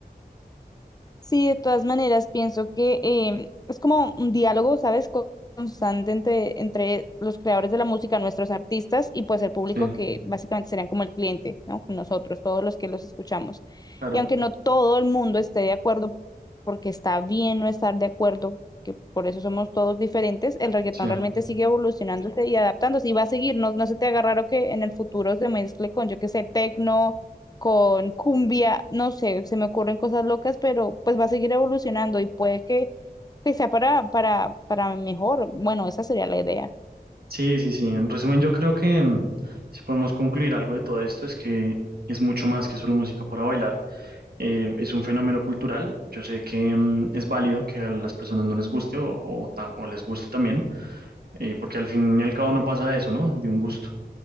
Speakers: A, on the left; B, on the right.
A: Sí, de todas maneras, pienso que eh, es como un diálogo, ¿sabes? Con- Constante entre, entre los creadores de la música, nuestros artistas y pues el público
B: Sí,
A: que básicamente serían como el cliente, ¿no? Con nosotros, todos los que los escuchamos.
B: claro,
A: Y aunque no todo el mundo esté de acuerdo, porque está bien no estar de acuerdo, que por eso somos todos diferentes, el reggaetón
B: sí.
A: realmente sigue evolucionándose y adaptándose y va a seguir, no, no se te haga raro que en el futuro se mezcle con, yo qué sé, tecno con cumbia, no sé, se me ocurren cosas locas, pero pues va a seguir evolucionando y puede que, que sea para, para, para mejor. Bueno, esa sería la idea.
B: Sí, sí, sí. En resumen, yo creo que mm, si podemos concluir algo de todo esto es que es mucho más que solo música para bailar. Eh, es un fenómeno cultural. Yo sé que mm, es válido que a las personas no les guste o, o ta- o les guste también, eh, porque al fin y al cabo no pasa de eso, ¿no? De un gusto,